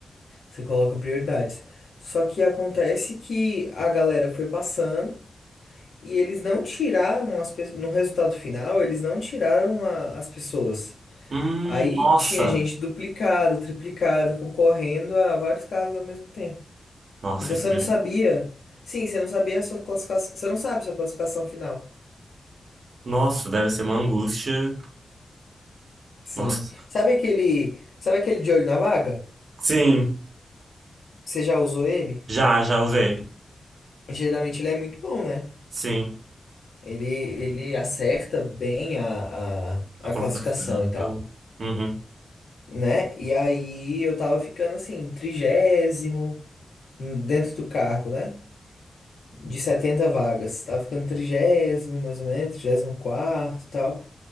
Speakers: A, on the left; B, on the right.
A: Você coloca prioridades. Só que acontece que a galera foi passando. E eles não tiraram as pessoas. No resultado final, eles não tiraram a- as pessoas.
B: Hum,
A: Aí
B: nossa.
A: tinha gente duplicada, triplicada, concorrendo a vários cargos ao mesmo tempo.
B: Nossa,
A: Então
B: isso
A: você
B: deve...
A: não sabia. Sim, você não sabia a sua classificação. Você não sabe sua classificação final.
B: Nossa, deve ser uma angústia.
A: Sim.
B: Nossa.
A: Sabe aquele. Sabe aquele de olho na vaga?
B: Sim,
A: Você já usou ele?
B: já, já usei.
A: Geralmente ele é muito bom, né?
B: Sim,
A: Ele, ele acerta bem a, a, a
B: a colocação.
A: classificação e tal,
B: Uhum.
A: né? E aí eu tava ficando assim, trigésimo. dentro do cargo, né? De 70 vagas. Tava ficando trigésimo, mais ou menos, trigésimo quarto e tal.